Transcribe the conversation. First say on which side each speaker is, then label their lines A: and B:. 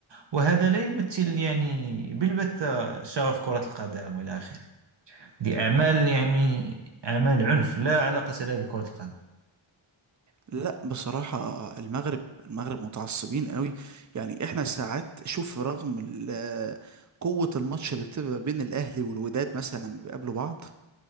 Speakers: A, on the right (about 55°); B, on the right (about 35°).
A: وهذا لا يمثل يعني بالبتة شغف كرة القدم وإلى آخره دي أعمال يعني أعمال عنف لا علاقة لها بكرة القدم
B: لا بصراحة المغرب المغرب متعصبين قوي يعني احنا ساعات شوف رغم ال- قوة الماتش اللي بتبقى بين الأهلي والوداد مثلا لما بيقابلوا بعض